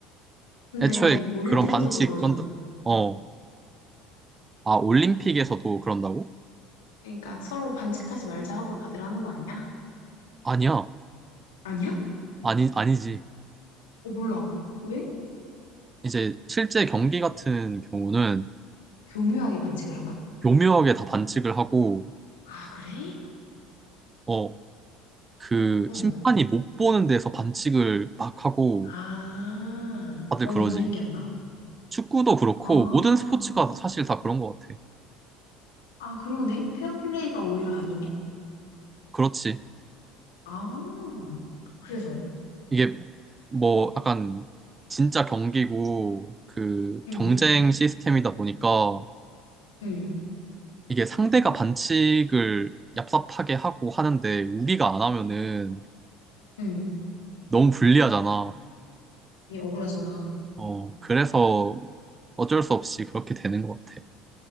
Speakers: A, on the left; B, on the right.
A: 근데,
B: 애초에 어,
A: 올림픽에서도
B: 그런 어, 반칙,
A: 그러잖아.
B: 건- 어, 아, 올림픽에서도 그런다고?
A: 그러니까, 서로 반칙하지 말자 하고 다들 하는 거 아니야?
B: 아니야.
A: 아니야?
B: 아니, 아니지.
A: 어, 몰라. 왜?
B: 이제 실제 경기 같은 경우는
A: 교묘하게 반칙을 하나?
B: 교묘하게 다 반칙을 하고,
A: 아, 그래?
B: 어, 그
A: 어머.
B: 심판이 못 보는 데서 반칙을 막 하고
A: 아,
B: 다들
A: 어,
B: 그러지.
A: 이거 신기하다.
B: 어, 축구도 그렇고
A: 아,
B: 모든 스포츠가 사실 다 그런 것 같아.
A: 아, 그러네. 페어플레이가 오히려 아니네.
B: 그렇지.
A: 아, 그래서
B: 이게 뭐 약간 진짜 경기고 그
A: 응,
B: 경쟁 시스템이다 보니까
A: 응,
B: 이게 상대가 반칙을 얍삽하게 하고 하는데 우리가 안 하면은
A: 응.
B: 너무 불리하잖아.
A: 이 억울하잖아.
B: 어, 그래서 어쩔 수 없이 그렇게 되는 것 같아.